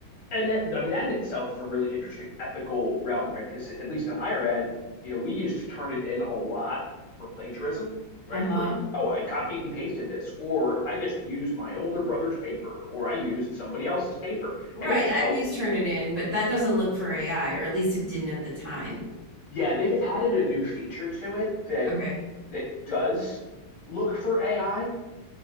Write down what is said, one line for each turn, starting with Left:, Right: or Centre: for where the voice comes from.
Left: and that, I mean, that in itself is a really interesting ethical realm, right? Because at least in higher ed, you know, we used to turn it in a lot for plagiarism, right?
Right: Uh-huh.
Left: For, oh, I copied and pasted this, or I just used my older brother's paper, or I used somebody else's paper.
Right: Right,
Left: And it tells
Right: I've used Turnitin,
Left: you
Right: but that doesn't look for AI, or at least it didn't at the time.
Left: yeah, they've added a new feature to it that
Right: Okay.
Left: that does look for AI,